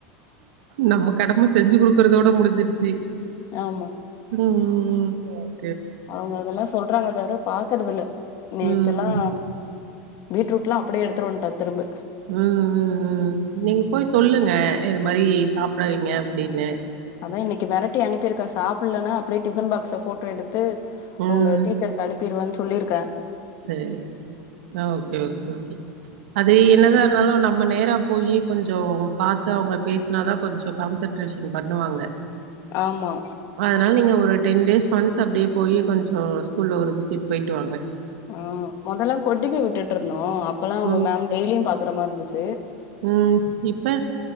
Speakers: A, on the right (about 75°); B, on the left (about 50°).
A: நம்ம கடம செஞ்சு குடுக்குறதோட முடிஞ்சிருச்சு
B: ஆமா
A: ம் ம்
B: அவுங்க அதெல்லா சொல்றாங்களே தவிர பாக்குறதில்ல நேத்துலா
A: ம்
B: பீட்ரூட்லா அப்டியே எடுத்துட்டு வன்ட்டா திரும்ப
A: ம் ம் ம் நீங்க போய் சொல்லுங்க இது மாரி சாப்பிட வைங்க அப்டின்னு
B: அதா இன்னைக்கு மெரட்டி அனுப்பிருக்க சாப்புலன்னா அப்டியே டிஃபன் பாக்ஸ ஃபோட்டோ எடுத்து
A: ம்
B: உங்க டீச்சர் அனுப்பிருவேன் சொல்லிருக்கே
A: சரி ஓகே ஓகே ஓகே அது என்னதா
B: ம்
A: இருந்தாலு நம்ம நேரா போயி கொஞ்சோ பாத்து அவுங்க பேசுனா தா கொஞ்ச கான்சன்ட்ரேஷன் பண்ணுவாங்க
B: ஆமா
A: அதுனால நீங்க ஒரு டென் டேஸ் ஒன்ஸ் அப்டியே போய் கொஞ்சோ ஸ்கூல்ல ஒரு விசிட் போயிட்டு வாங்க
B: ஆமா மொதல்லா கொடிவேரி வித்துட்டு இருந்தோ அப்பெல்லா அவுங்க
A: ம்
B: மேம் டெய்லியு பாக்கற மாரி இருந்துச்சு
A: ம் இப்ப